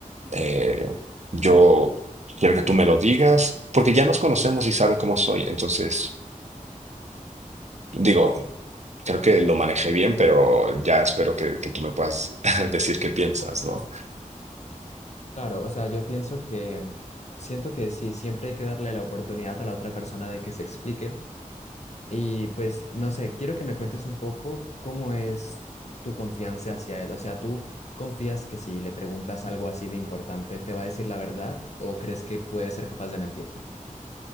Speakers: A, on the right; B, on the left.
A: Eh, yo quiero que tú me lo digas, porque ya nos conocemos y sabe cómo soy. Entonces, digo, creo que lo manejé bien, pero ya espero que, que tú me puedas <laughs> decir qué piensas, ¿no?
B: Claro, o sea, yo pienso que siento que sí, siempre hay que darle la oportunidad a la otra persona de que se explique Y pues, no sé, quiero que me cuentes un poco cómo es tu confianza hacia él. O sea, ¿tú confías que si le preguntas algo así de importante, te va a decir la verdad o crees que puede ser capaz de mentirte?